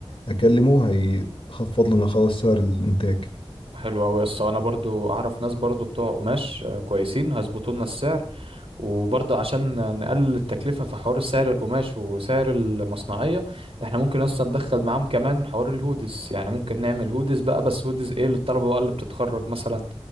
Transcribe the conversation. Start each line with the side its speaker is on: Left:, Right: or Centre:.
Left: اكلمه هيخفض لنا خالص سعر الانتاج
Right: حلو قوي يا اسطى انا برضو اعرف ناس برضو بتوع قماش آه، كويسين هيظبطوا لنا السعر وبرضو عشان نقلل التكلفه في حوار سعر القماش وسعر المصنعيه احنا ممكن اصلا ندخل معاهم كمان حوار الهودز يعني ممكن نعمل هودز بقى بس هودز ايه للطلبه بقى اللي بتتخرج مثلا